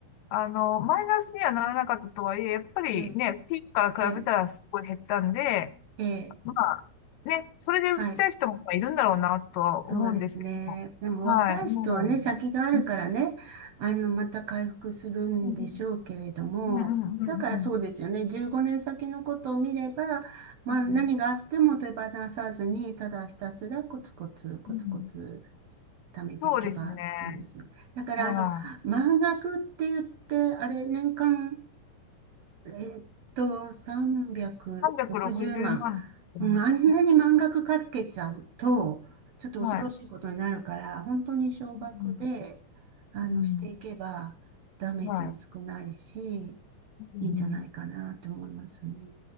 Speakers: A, on the left; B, on the right.
A: あの、マイナスにはならなかったとはいえ、やっぱりね、
B: ええ、
A: ピークから比べたらすごい減ったんで、
B: ええ、ええ
A: まあね、それで売っちゃう人もいるんだろうなとは思うんですけど、
B: はい。そうですね。でも若い人はね、
A: はい、も
B: 先があるからね、
A: う、
B: あの、また回復するんでしょうけれども、
A: うんうんうんうんうん
B: だからそうですよね。15年先のことを見れば、まあ何があっても手放さずに、
A: うんうん
B: ただひたすらコツコツ、コツコツ
A: うん
B: 貯めていけばいいですね。
A: そうですね。
B: だからあの、
A: はい。
B: 満額って言って、あれ、年間えーっと、360万。
A: 360万って言ってます。
B: うん、あんなに満額かけちゃうと、ちょっと恐ろしいことになるから、
A: はい。
B: 本当に少額で、
A: うん。
B: あの、
A: うん。
B: していけば、ダメージも少ないし、
A: はい。うん。
B: いいんじゃないかなと思いますね。